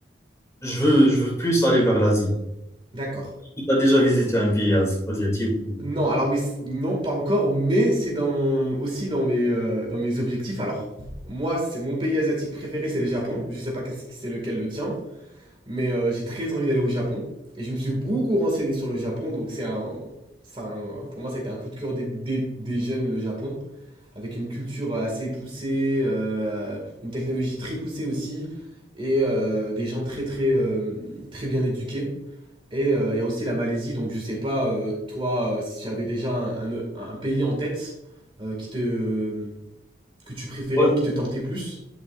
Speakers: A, on the left; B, on the right.
A: je veux, je veux plus aller vers l'Asie.
B: D'accord.
A: Tu as déjà visité un pays as- asiatique ou...
B: Non, alors mais c- non, pas encore, mais c'est dans aussi dans mes euh, dans mes objectifs. Alors moi, c'est mon pays asiatique préféré, c'est le Japon. Je sais pas qu'est-ce que c'est lequel le tien, mais euh, j'ai très envie d'aller au Japon et je me suis beaucoup renseigné sur le Japon, donc c'est un, c'est un- pour moi ça a été un coup de cœur des, des- des jeunes le Japon avec une culture assez poussée, euh, une technologie très poussée aussi et euh, des gens très très euh, très bien éduqués. Et euh, il y a aussi la Malaisie, donc je sais pas, euh, toi, euh, si tu avais déjà un, un- un pays en tête euh, qui te, que tu préférais
A: Ouais.
B: ou qui te tentait plus,